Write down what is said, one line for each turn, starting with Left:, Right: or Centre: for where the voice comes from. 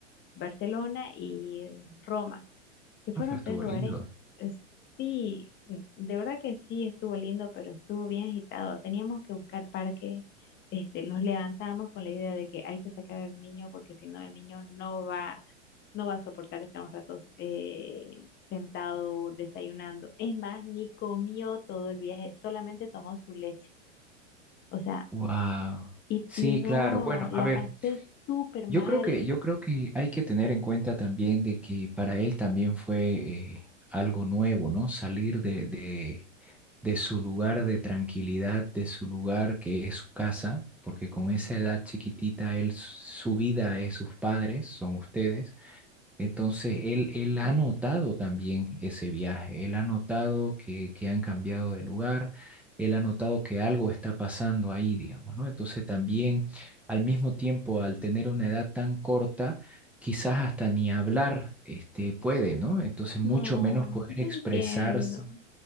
Left: Barcelona y Roma que fueron
Centre: Ah, pero estuvo
Left: tres lugares.
Centre: lindo.
Left: es- Sí, m- de verdad que sí estuvo lindo, pero estuvo bien agitado. Teníamos que buscar parques. Este, nos levantábamos con la idea de que hay que sacar al niño porque si no el niño no va, no va a soportar estar un rato eh, sentado desayunando. Es más, ni comió todo el viaje, solamente tomó su leche. O sea,
Centre: Wow.
Left: y,
Centre: Sí,
Left: y no,
Centre: claro. Bueno,
Left: la
Centre: a ver.
Left: pasé súper mal.
Centre: Yo creo que, yo creo que hay que tener en cuenta también de que para él también fue eh, algo nuevo, ¿no? Salir de, de, de su lugar de tranquilidad, de su lugar que es su casa, porque con esa edad chiquitita, él, su vida es sus padres, son ustedes. Entonces, él, él ha notado también ese viaje, él ha notado que, que han cambiado de lugar, él ha notado que algo está pasando ahí, digamos, ¿no? Entonces, también al mismo tiempo, al tener una edad tan corta, quizás hasta ni hablar este, puede, ¿no? Entonces, mucho
Left: No,
Centre: menos poder
Left: yo
Centre: expresarse,
Left: entiendo.